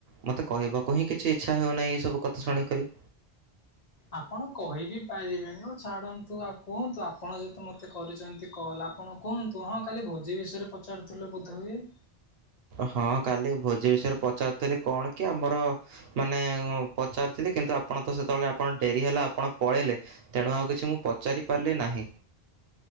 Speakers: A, on the right (about 70°); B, on the left (about 45°).
A: ମୋତେ କହିବାକୁ ହିଁ କିଛି ଇଚ୍ଛା ହେଉନାହିଁ ଏସବୁ କଥା ଶୁଣିକରି।
B: ଆପଣ କହିିବି ପାରିବେନି ଆଉ ଛାଡ଼ନ୍ତୁ ଆଉ କୁହନ୍ତୁ ଆପଣ ଯେହେତୁ ମୋତେ କରିଛନ୍ତି କଲ୍ ଆପଣ କୁହନ୍ତୁ ହଁ କାଲି ଭୋଜି ବିଷୟରେ ପଚାରୁଥିଲ ବୋଧ ହୁଏ?
A: ହଁ କାଲି ଭୋଜି ବିଷୟରେ ପଚାରୁଥିଲି କଣ କି ଆମର ମାନେ ପଚାରୁଥିଲେ କିନ୍ତୁ ଆପଣ ତ ସେତେବେଳେ ଆପଣ ଡେରି ହେଲା ଆପଣ ପଳେଇଲେ ତେଣୁ ଆଉ କିଛି ମୁଁ ପଚାରି ପାରିଲି ନାହିଁ।